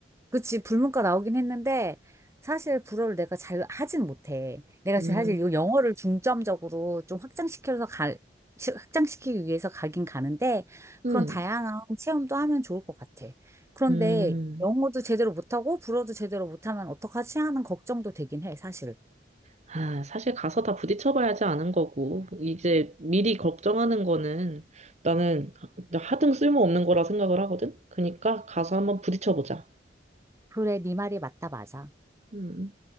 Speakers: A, on the right; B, on the right.
A: 그치, 불문과 나오긴 했는데 사실 불어를 내가 잘 하진 못해. 내가
B: 음,
A: 지금 사실 이 영어를 중점적으로 좀 확장시켜서 갈, 시- 확장시키기 위해서 가긴 가는데
B: 음.
A: 그런 다양한 체험도 하면 좋을 것 같아. 그런데
B: 음,
A: 영어도 제대로 못하고 불어도 제대로 못하면 어떡하지 하는 걱정도 되긴 해, 사실.
B: 아, 사실 가서 다 부딪혀봐야지 아는 거고, 이제 미리 걱정하는 거는 나는 하등 쓸모없는 거라 생각을 하거든? 그니까 가서 한번 부딪혀보자.
A: 그래, 네 말이 맞다, 맞아.
B: 음.